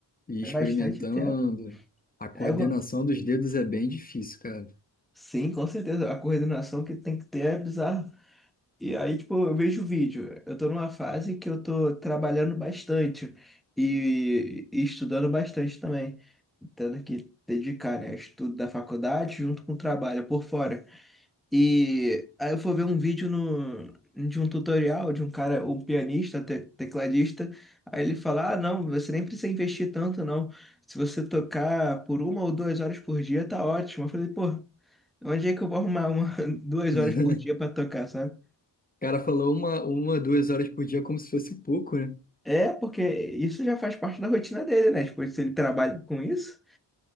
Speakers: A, on the left; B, in the centre.
A: e ir
B: É
A: experimentando.
B: bastante tempo.
A: A coordenação
B: Aí eu vou-
A: dos dedos é bem difícil, cara.
B: Sim, com certeza. A coordenação que tem que ter é bizarra. E aí, tipo, eu vejo o vídeo. Eu tô numa fase que eu tô trabalhando bastante e, e estudando bastante também. Tendo que dedicar, né, estudo da faculdade junto com o trabalho por fora. E aí eu fui ver um vídeo no, de um tutorial de um cara, um pianista, te- tecladista. Aí ele fala: Ah, não, você nem precisa investir tanto, não. Se você tocar por uma ou duas horas por dia, tá ótimo. Eu falei, pô, onde é que eu vou arrumar uma, <laughs> duas
A: <laughs>
B: horas por dia pra tocar, sabe?
A: O cara falou uma, uma, duas horas por dia como se fosse pouco, né?
B: É, porque isso já faz parte da rotina dele, né? Tipo, se ele trabalha com isso.